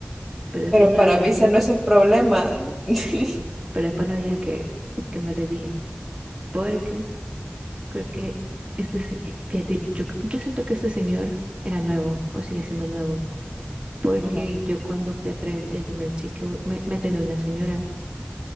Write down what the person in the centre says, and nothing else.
Pero
para
mí ese no es el problema. <laughs>
Ujú,